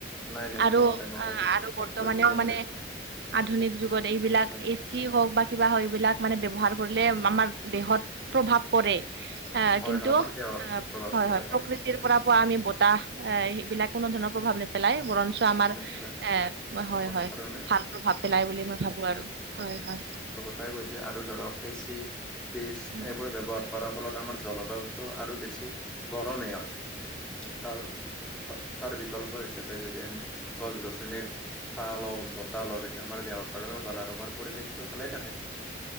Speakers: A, in the centre; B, on the right.
A: নাই নাই
B: আৰু
A: নোৱাৰে নোৱাৰে
B: অঁ
A: সেইটো
B: আৰু বৰ্তমানেও
A: প্ৰকৃতি কেন্দ্ৰিক
B: মানে। আধুনিক যুগত এইবিলাক
A: হয়
B: এচি হওঁক বা কিবা হওঁক এইবিলাক মানে ব্যৱহাৰ। লে আমাৰ দেহত প্ৰভাৱ পৰে আহ
A: হয়
B: কিন্তু
A: হয়, আমাৰ
B: অঁ
A: দেহত প্ৰভাৱ
B: হয়
A: পৰে
B: হয়। ৰ পৰা পোৱা আমি বতাহ এ এইবিলাক কোনো ধৰণৰ প্ৰভাৱ নেপেলাই বৰণ আমাৰ
A: নেপেলাই
B: এ
A: দেহৰ
B: হয় হয়
A: কাৰণে
B: ভাল প্ৰভাৱ পেলাই বুলি মই ভাবো আৰু হয় হয়।
A: হৈগৈছে আৰু ধৰক এচি ফ্ৰিজ
B: উম
A: এইবোৰ ব্যৱহাৰ। কৰাৰ ফলত আমাৰ জলবায়ুটো আৰু বেছি গৰমহে হয় তাৰ তাৰ বিকল্প হিচাপে যদি আমি গছ গছনিৰ ছলৰ বতালৰ, আমাৰ দেহৰ কাৰণেও ভাল আৰু আমাৰ পৰিৱেষতটো ভালে থাকে